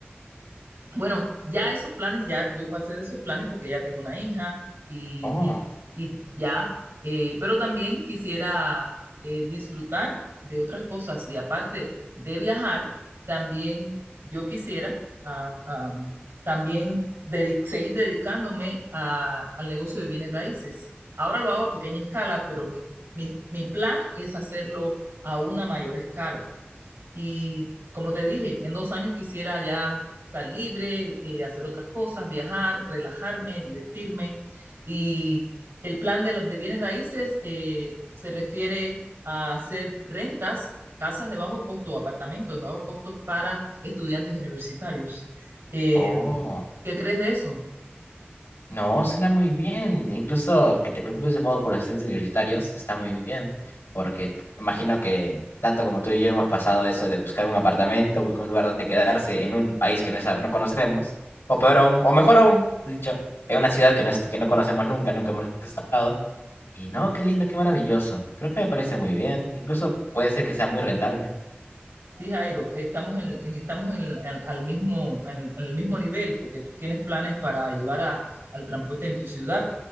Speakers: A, on the right; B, on the left.
A: Bueno, ya esos planes, ya yo pasé de esos planes porque ya tengo una hija y,
B: Oh,
A: y- y ya, eh, pero también quisiera eh, disfrutar de otras cosas y aparte de viajar, también yo quisiera ah, am, también dedi- seguir dedicándome a- al negocio de bienes raíces. Ahora lo hago a pequeña escala, pero mi, mi mi plan es hacerlo a una mayor escala. Y como te dije, en dos años quisiera ya estar libre, eh, hacer otras cosas, viajar, relajarme, divertirme. Y el plan de, los, de bienes raíces eh, se refiere a hacer rentas, casas de bajo costo, apartamentos de bajo costo para estudiantes universitarios. Eh,
B: oh.
A: ¿Qué crees de eso?
B: No, suena muy bien. Incluso que te preocupes de modo por los estudiantes universitarios está muy bien, porque imagino que tanto como tú y yo hemos pasado eso de buscar un apartamento, buscar un lugar donde quedarse en un país que no, sab- no conocemos, o peor aún, o mejor aún, dicho, en una ciudad que no, es- que no conocemos nunca, nunca hemos estado. Y no, qué lindo, qué maravilloso. Creo que me parece muy bien. Incluso puede ser que sea muy rentable.
A: Sí, Jairo, estamos, en, en- estamos en, en- al mismo, en, en el mismo nivel porque tú tienes planes para ayudar a- al transporte en tu ciudad.